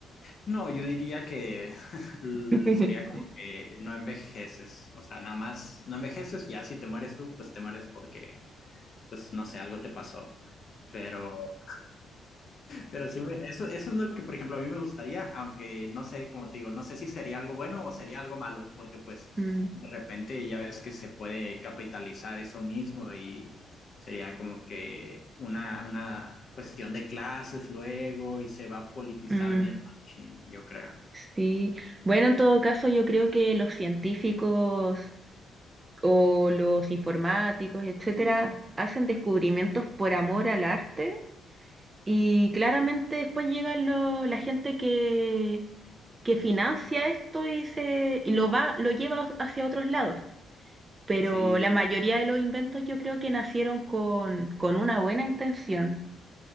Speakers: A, on the left; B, on the right.
A: No, yo diría que <laughs> l-
B: <laughs>
A: sería como que no envejeces, o sea, nada más no envejeces, ya si te mueres tú, pues te mueres porque, pues no sé, algo te pasó. Pero Pero sí, me- eso, eso es lo que, por ejemplo, a mí me gustaría, aunque no sé, como te digo, no sé si sería algo bueno o sería algo malo, porque pues
B: Mm,
A: de repente ya ves que se puede capitalizar eso mismo y sería como que una, una cuestión de clases luego y se va a politizar
B: mm,
A: bien, machín, yo creo.
B: sí. Bueno, en todo caso, yo creo que los científicos o los informáticos, etcétera, hacen descubrimientos por amor al arte Y claramente después llega lo- la gente que, que financia esto y se y lo va, lo lleva hacia otros lados. Pero
A: Sí,
B: la Sí. mayoría de los inventos yo creo que nacieron con, con una buena intención.